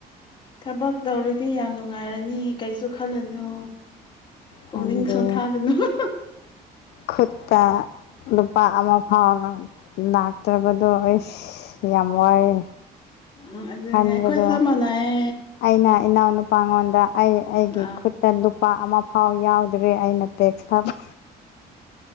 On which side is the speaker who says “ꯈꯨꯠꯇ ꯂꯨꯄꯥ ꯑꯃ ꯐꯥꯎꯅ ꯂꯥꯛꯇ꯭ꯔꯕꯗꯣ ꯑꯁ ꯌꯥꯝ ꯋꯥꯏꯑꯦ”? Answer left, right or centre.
Left